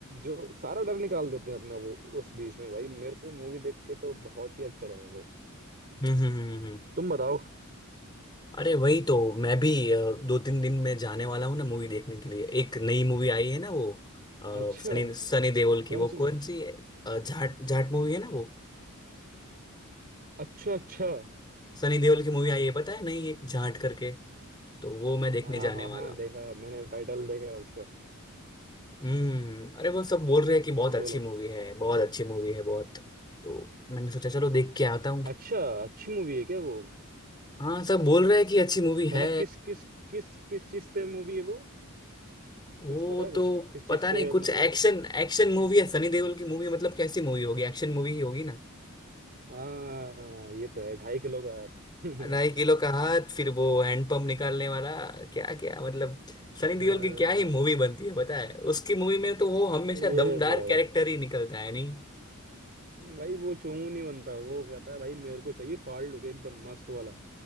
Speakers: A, on the right; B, on the left.
A: जो सारा डर निकाल देते हैं अपना वो उस बीच में भाई मेरे को मूवी देख के तो बहुत ही अच्छा लगा वो
B: हम्म हम्म, हम्म।
A: तुम बताओ
B: अरे वही तो मैं भी अ, दो तीन दिन में जाने वाला हूँ ना मूवी देखने के लिए एक नई मूवी आई है ना वो अ,
A: अच्छा
B: सनी सनी देओल की
A: कौन
B: वो
A: सी
B: कौन सी है? अ, जाट जाट मूवी है ना वो
A: अच्छा अच्छा
B: सनी देओल की मूवी आई है पता है नहीं एक जाट करके तो वो
A: हाँ
B: मैं देखने जाने
A: हाँ हाँ
B: वाला हूँ
A: देखा मैंने टाइटल देखा उसका
B: हम्म अरे वो सब बोल रहे हैं कि बहुत अच्छी
A: बोलो
B: मूवी है बहुत अच्छी मूवी है बहुत तो मैंने सोचा चलो देख के आता हूँ
A: अच्छा अच्छी मूवी है क्या वो
B: हाँ सब बोल रहे हैं कि अच्छी मूवी है
A: मतलब किस किस किस किस चीज पे मूवी है वो
B: वो
A: कुछ पता है कुछ
B: तो
A: किस
B: पता
A: चीज पे
B: नहीं कुछ
A: मतलब
B: एक्शन एक्शन मूवी है सनी देओल की मूवी मतलब कैसी मूवी होगी एक्शन मूवी ही होगी ना।
A: हाँ ये तो है ढाई किलो का हाथ <laughs>
B: ढाई किलो का हाथ फिर वो हैंडपंप निकालने वाला क्या क्या मतलब सनी देओल
A: हाँ
B: की क्या ही मूवी बनती है पता है उसकी मूवी में तो वो हमेशा
A: ये
B: दमदार
A: तो है
B: कैरेक्टर ही निकलता है नहीं
A: भाई वो चोमू नहीं बनता वो कहता है भाई मेरे को चाहिए फाड़लूक एकदम मस्त वाला